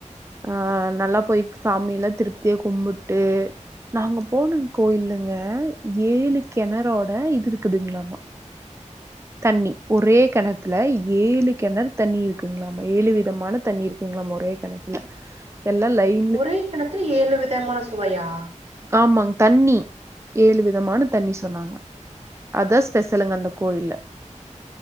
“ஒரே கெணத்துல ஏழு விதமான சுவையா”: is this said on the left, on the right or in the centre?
Right